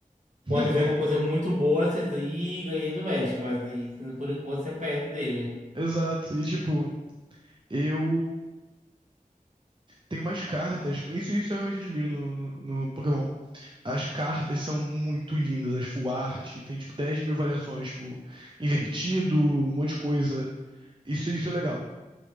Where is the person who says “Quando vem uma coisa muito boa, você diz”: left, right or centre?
Right